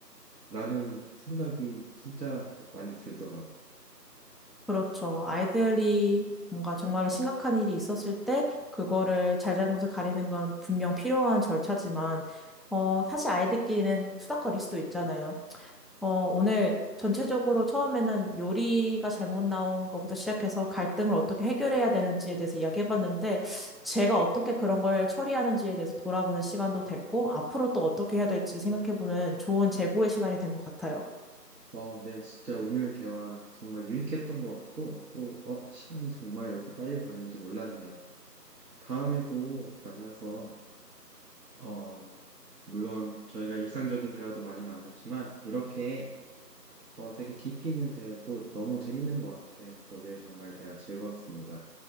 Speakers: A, on the right (about 70°); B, in the centre.
A: 라는 생각이 진짜 많이 들더라고요.
B: 그렇죠. 아이들이 뭔가 정말로 심각한 일이 있었을 때 그거를 잘잘못을 가리는 건 분명 필요한 절차지만 어 사실 아이들끼리는 투닥거릴 수도 있잖아요. 어 오늘 전체적으로 처음에는 요리가 잘못 나온 것부터 시작해서 갈등을 어떻게 해결해야 되는지에 대해서 이야기해봤는데 제가 어떻게 그런 걸 처리하는지에 대해서 돌아보는 시간도 됐고 앞으로 또 어떻게 해야 될지 생각해보는 좋은 재고의 시간이 된 것 같아요.
A: 어, 네, 진짜 오늘 대화 정말 유익했던 것 같고, 또, 어, 시간이 정말 이렇게 빨리 가는지 몰랐네요. 다음에도 만나서 어, 물론 저희가 일상적인 대화도 많이 나누지만 이렇게 어, 되게 깊이 있는 대화도 너무 재밌는 것 같아요. 오늘 정말 대화 즐거웠습니다.